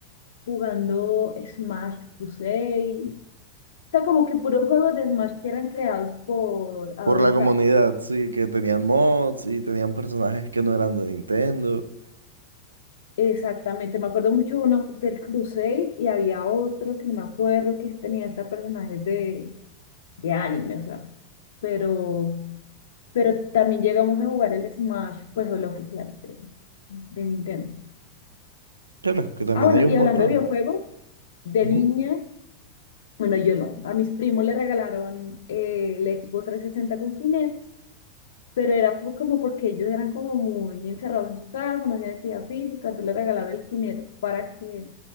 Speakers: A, on the left; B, on the right.
A: jugando Smash Crusade, o sea, como que puros juegos de Smash que eran creados por Adobe
B: por la comunidad,
A: Flash.
B: sí, que tenían mods y tenían personajes que no eran de Nintendo.
A: Exactamente, me acuerdo mucho uno del Crusade y había otro que no me acuerdo que tenía hasta personajes de, de anime, o sea, pero, pero también llegamos a jugar el Smash, pues el oficial de, de Nintendo.
B: Claro, que también
A: Ah, bueno,
B: hay un
A: y
B: montón.
A: hablando de videojuegos, de
B: Ujú.
A: niña, bueno, yo no. A mis primos le regalaron eh, el Xbox 360 con Kinect, pero era po- como porque ellos eran como muy encerrados en su casa, no hacían actividad física, entonces le regalaron el Kinect para que,